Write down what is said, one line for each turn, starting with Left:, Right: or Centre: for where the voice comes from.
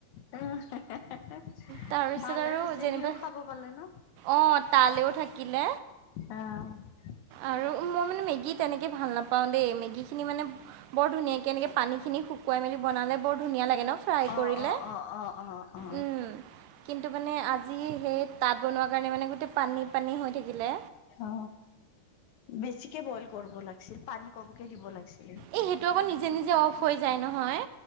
Left: <inaudible>
Right: তাৰপিছত
Left: ভালে
Right: আৰু
Left: হৈছে
Right: যেনিবা
Left: সিও খাব পালে ন।
Right: অঁ তালেও থাকিলে।
Left: অ'।
Right: আৰু মোৰ মানে মেগীত তেনেকে ভাল নাপাওঁ দেই মেগীখিনি মানে বৰ ধুনীয়াকে এনেকে পানীখিনি শুকুৱাই মেলি বনালে বৰ ধুনীয়া লাগে ন? ফ্ৰায়
Left: অ
Right: কৰিলে,
Left: অ অ অ অ অ
Right: উম কিন্তু মানে আজি সেই তাত বনোৱা কাৰণে মানে গোটেই পানী পানী হৈ থাকিলে।
Left: অ বেছিকে বইল কৰিব লাগিছিল পানী কমকে দিব লাগিছিল।
Right: এই সেইটো আকৌ নিজে নিজে অফ হৈ যায় নহয়